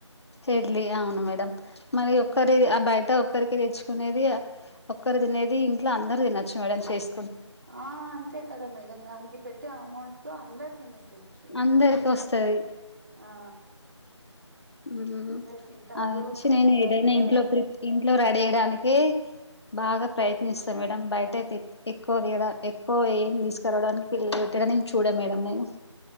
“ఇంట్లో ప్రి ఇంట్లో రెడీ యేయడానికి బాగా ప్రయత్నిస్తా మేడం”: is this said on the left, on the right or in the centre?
Left